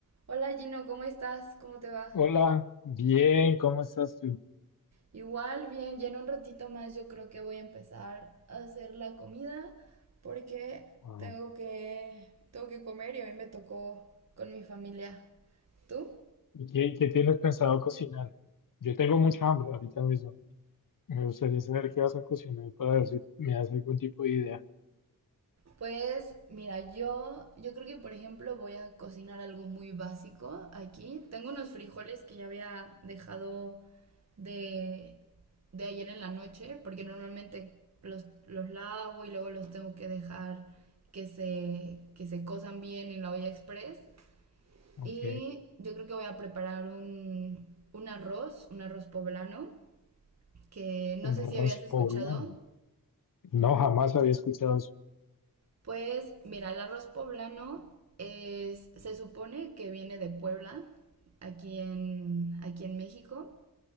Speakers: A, on the right (about 45°); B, on the left (about 60°).
A: Hola Gino, ¿cómo estás? ¿Cómo te va?
B: Hola, bien, ¿cómo estás tú?
A: Igual, bien, ya en un ratito más yo creo que voy a empezar a hacer la comida porque
B: Ah,
A: tengo que, tengo que comer y hoy me tocó con mi familia. ¿Tú?
B: ¿Y qué, qué tienes pensado cocinar? Yo tengo mucha hambre ahorita mismo. Me gustaría saber qué vas a cocinar para ver si me das algún tipo de idea.
A: Pues mira, yo, yo creo que por ejemplo voy a cocinar algo muy básico aquí. Tengo unos frijoles que ya había dejado de, de ayer en la noche, porque normalmente los, los lavo y luego los tengo que dejar que se, que se cosan bien en la olla express.
B: Ok,
A: Y yo creo que voy a preparar un, un arroz, un arroz poblano, que no
B: un
A: sé
B: arroz
A: si habías escuchado.
B: poblano. No, jamás había escuchado eso.
A: Pues mira, el arroz poblano es, se supone que viene de Puebla, aquí en, aquí en México.